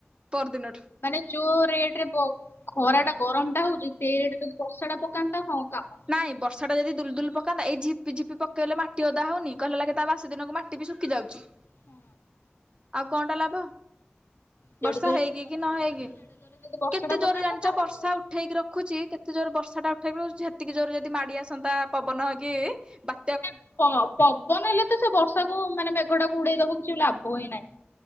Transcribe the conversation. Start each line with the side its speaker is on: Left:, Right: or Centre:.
Right: ପରଦିନ
Left: ମାନେ ଯୋଉ ରେଟ ରେ ବ ଖରା ଟା ଗରମ ଟା ହଉଛି ସେଇ ରେଟରେ ଯଦି ବର୍ଷା ଟା ପକାନ୍ତା ହଁ। କାମ।
Right: ନାଇଁ ବର୍ଷା ଟା ଯଦି ଦୁଲୁଦୁଲୁ ପକାନ୍ତା ଏଇ ଝିପିଝିପି ପକେଇଲେ ମାଟି ଓଦା ହଉନି କହିଲେ ଲାଗ କି ତା ବାସି ଦିନକୁ ମାଟି ବି ଶୁଖି ଯାଉଛି।
Left: ହଁ।
Right: ଆଉ କଣଟା ଲାଭ।
Left: ଯେଡେ
Right: ବର୍ଷା
Left: ଜୋରେ
Right: ହେଇକି
Left: ସେ ଗରମ
Right: କି ନ
Left: ଟା
Right: ହେଇକି।
Left: ହଉଛି ସେଡେ ଜୋରେ ଯଦି ବର୍ଷା
Right: କେତେ
Left: ଟା
Right: ଜୋରରେ
Left: ପକାନ୍ତା
Right: ଜାଣିଛ
Left: ତା ଲାଭ
Right: ବର୍ଷା
Left: ଅଛି।
Right: ଉଠେଇକି ରଖୁଛି କେତେ ଜୋରେ ବର୍ଷା ଟା ସେ ସେତିକି ଜୋରରେ ଯଦି ମାଡି ଆସନ୍ତା ପବନ ହେକି ବା
Left: ନା ପ ପବନ ହେଲେ ତ ସେ ବର୍ଷାକୁ ମାନେ ମେଘ ଟାକୁ ଉଡେଇ ଦବ କିଛି ଲାଭ ହିଁ ନାହିଁ।